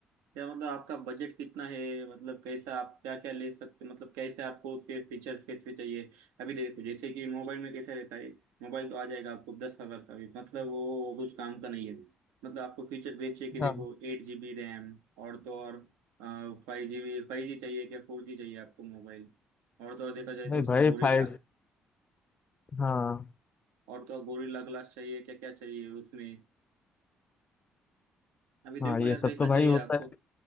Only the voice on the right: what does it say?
क्या मतलब आपका बजट कितना है मतलब कैसा आप क्या क्या ले सकते मतलब कैसे आपको उसके फीचर्स कैसे चाहिए अभी देखो जैसे कि मोबाइल में कैसा रहता है मोबाइल तो आ जाएगा आपको दस हजार का भी मतलब वो कुछ काम का नहीं है मतलब आपको फीचर देखिए कि देखो
एट जी बी रैम और तो और five G B five G चाहिए क्या फोर जी चाहिए आपको मोबाइल और तो और देखा जाए तो
उसका
गोरिल्ला
और तो और गोरिल्ला ग्लास चाहिए क्या क्या चाहिए उसमें अभी देखो
यार
कैसा
चाहिए
आपको